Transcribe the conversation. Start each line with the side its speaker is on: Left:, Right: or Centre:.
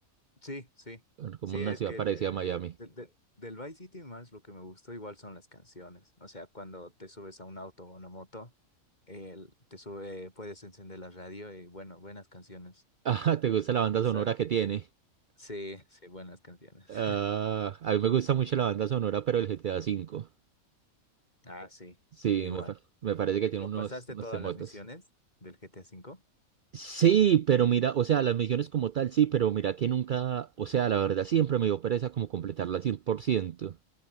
Left: Sí, sí,
Right: como
Left: sí,
Right: una
Left: es
Right: ciudad
Left: que el,
Right: parecida a Miami.
Left: el- del
Right: <laughs>
Left: del- del Vice City más lo que me gustó igual son las canciones. O sea, cuando te subes a un auto o una moto, el- te sube, eh, puedes encender la radio y bueno, buenas canciones.
Right: Ah, ¿te gusta la banda
Left: Total.
Right: sonora que tiene?
Left: Sí, sí, buenas canciones.
Right: Ah,
Left: <laughs>
Right: a mí me gusta mucho la banda sonora, pero el GTA 5.
Left: Ah, sí,
Right: Sí,
Left: igual.
Right: me, pa- me parece que tiene
Left: ¿Lo
Right: unos,
Left: pasaste
Right: unos
Left: todas
Right: temotes.
Left: las misiones del GTA cinco?
Right: Sí, pero mira, o sea, las misiones como tal, sí, pero mira que nunca, o sea, la verdad siempre me dio pereza como completarla al cien por ciento,